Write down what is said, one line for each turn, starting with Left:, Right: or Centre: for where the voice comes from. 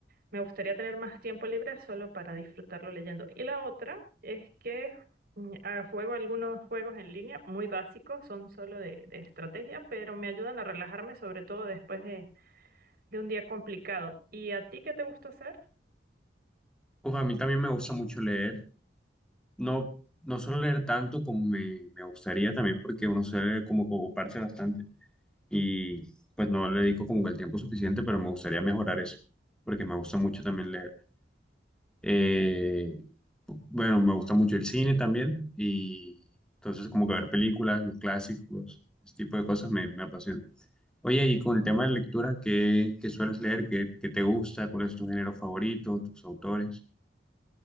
Right: me gustaría tener más tiempo libre solo para disfrutarlo leyendo. Y la otra es que mm, ah, juego algunos juegos en línea muy básicos, son solo de, de estrategia, pero me ayudan a relajarme, sobre todo después de, de un día complicado. ¿Y a ti qué te gusta hacer?
Centre: Pues a mí también me gusta mucho leer. No, no suelo leer tanto como me, me gustaría también porque uno suele como que ocuparse bastante y pues no le dedico como que el tiempo suficiente, pero me gustaría mejorar eso porque me gusta mucho también leer. Eh, bueno, me gusta mucho el cine también y entonces como que ver películas, los clásicos, ese tipo de cosas me, me apasiona. Oye, y con el tema de lectura, ¿qué, qué sueles leer? ¿Qué, qué te gusta? ¿Cuál es tu género favorito? ¿Tus autores?